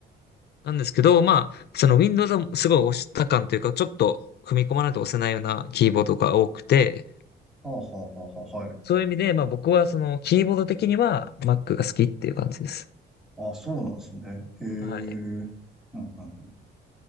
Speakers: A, on the left (about 55°); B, in the centre.
A: なんですけど、まあ、その Windows はすごい押した感というか、ちょっと踏み込まないと押せないようなキーボードが多くて、
B: あ、はあはあはあ、はい。
A: そういう意味で、まあ僕はそのキーボード的には Mac が好きっていう感じです。
B: あ、そうなんですね。へえ。うんうん。
A: はい。